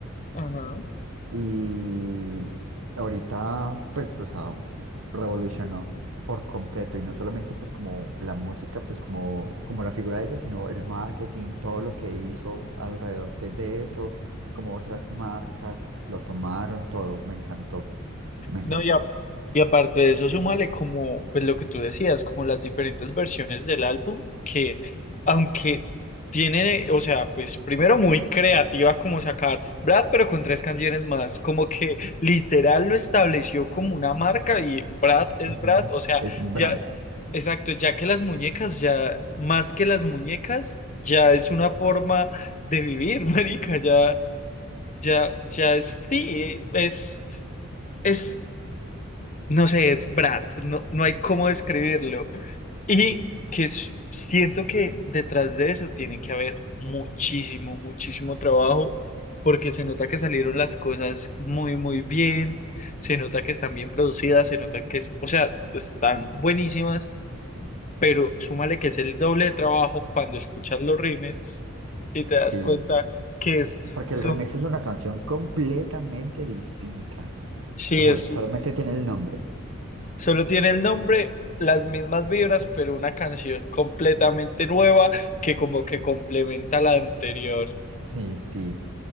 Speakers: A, on the left; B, on the right.
A: ajá.
B: Y ahorita, pues, o sea, revolucionó por completo y no solamente pues como la música, pues como, como la figura de ella, sino el marketing, todo lo que hizo alrededor de, de eso, como otras marcas lo tomaron, todo, me encantó, me encantó.
A: No, y, a- y aparte de eso, súmale como, pues lo que tú decías, como las diferentes versiones del álbum, que aunque tiene, o sea, pues primero muy creativa como sacar Brad, pero con tres canciones más, como que literal lo estableció como una marca y Brad es
B: Ujú.
A: Brad, o sea,
B: Es Brad,
A: ya, exacto, ya que las muñecas, ya más que las muñecas, ya es una forma de vivir, <laughs> marica, ya, ya, ya es, sí, es... Es no sé, es Brad, no, no hay cómo describirlo. Y que s- siento que detrás de eso tiene que haber muchísimo, muchísimo trabajo, porque se nota que salieron las cosas muy, muy bien, se nota que están bien producidas, se notan que, es- o sea, están buenísimas, pero súmale que es el doble de trabajo cuando escuchas los remixes y te das
B: sí,
A: cuenta que es,
B: porque
A: son,
B: el remix es una canción completamente distinta,
A: sí,
B: o sea,
A: es
B: solamente tiene el nombre.
A: Solo tiene el nombre, las mismas vibras, pero una canción completamente nueva que como que complementa la anterior.
B: Sí, sí.